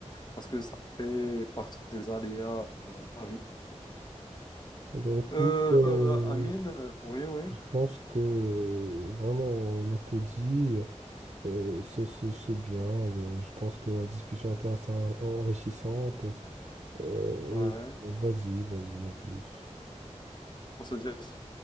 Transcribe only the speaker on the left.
parce que ça fait partie des aléas euh, de la vie.
Euh,
euh, Amine, euh, oui, oui,
ouais,
on se dit.